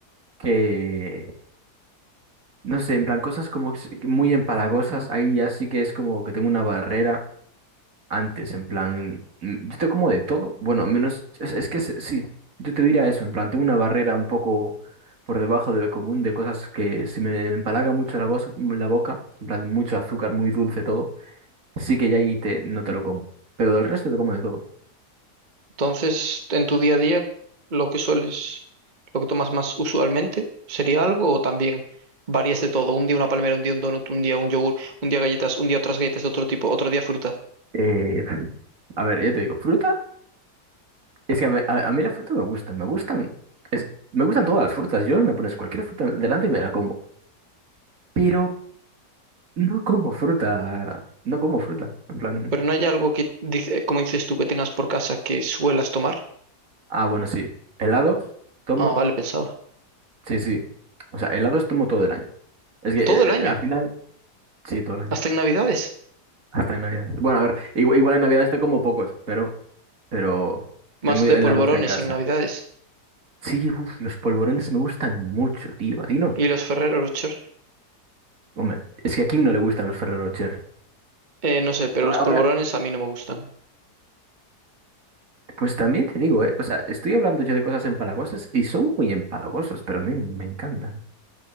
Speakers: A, on the right; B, on the right.
A: que, no sé, en plan, cosas como s- muy empalagosas, ahí ya sí que es como que tengo una barrera antes, en plan, mm, yo te como de todo, bueno, menos, es, es que se- sí, yo te diría eso, en plan, tengo una barrera un poco por debajo de lo común de cosas que si me empalaga mucho la, voz, mm, la boca, en plan, mucho azúcar, muy dulce todo, sí que ya ahí te, no te lo como, pero del resto te como de todo.
B: Entonces, en tu día a día, lo que sueles, lo que tomas más usualmente, ¿sería algo o también varías de todo? Un día una palmera, un día un donut, un día un yogur, un día galletas, un día otras galletas de otro tipo, otro día fruta.
A: Eh, a ver, ya te digo, fruta, es que a, ver, a- a mí la fruta me gusta, me gustan, es, me gustan todas las frutas, yo me pones cualquier fruta delante y me la como, pero no como fruta, no como fruta, en plan...
B: Pero no hay algo que, dice, como dices tú, que tengas por casa que suelas tomar.
A: Ah, bueno, sí. Helados, tomo,
B: Ah, vale, pensaba.
A: sí, sí. O sea, helados tomo todo el año. Es que
B: Todo
A: eh,
B: el
A: eh,
B: año,
A: al final, sí, todo el año.
B: hasta en Navidades.
A: Hasta en Navidad. Bueno, a ver, igual, igual en Navidad te como pocos, pero, pero
B: Más
A: tengo helados
B: de polvorones
A: en casa.
B: en Navidades.
A: Sí, uf, los polvorones me gustan mucho, tío. ¿A ti no?
B: ¿Y los Ferrero Rocher?
A: Hombre, es que a quién no le gustan los Ferrero Rocher.
B: Eh, no sé, pero
A: Ahora,
B: los
A: ahora,
B: polvorones a mí no me gustan.
A: pues también te digo, eh, o sea, estoy hablando yo de cosas empalagosas y son muy empalagosos, pero me, me encantan.